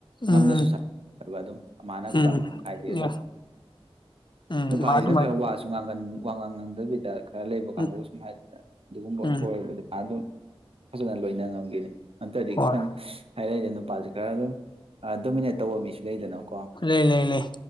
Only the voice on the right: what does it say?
ꯉꯝꯅꯁꯨ
ꯑꯣꯏꯕ ꯑꯗꯨꯝ ꯃꯥꯅ
ꯈꯤꯇꯪ ꯍꯥꯏꯗꯤ
ꯑꯗꯨꯝ
ꯅꯨꯄꯥꯁꯤꯅ
ꯈꯔ ꯋꯥ ꯋꯥꯥ ꯉꯥꯡꯗꯕꯤꯗ ꯈꯔ ꯂꯩꯕ ꯀꯥꯡꯕꯨ
ꯁꯨꯝ ꯍꯥꯏ ꯑꯗꯨꯒꯨꯝꯕ
ꯑꯣꯏꯕꯗꯤ ꯑꯗꯨꯝ ꯐꯖꯅ ꯂꯣꯏꯅ ꯉꯝꯒꯤꯅꯤ ꯑꯟꯇꯔ꯭ꯗꯤ
ꯈꯤꯇꯪ ꯍꯥꯏꯅꯩꯗ ꯅꯨꯄꯥꯁꯦ ꯈꯔ ꯑꯗꯨꯝ ꯗꯣꯃꯤꯅꯦꯠ ꯇꯧꯕ ꯃꯤꯁꯨ ꯂꯩꯗꯅꯀꯣ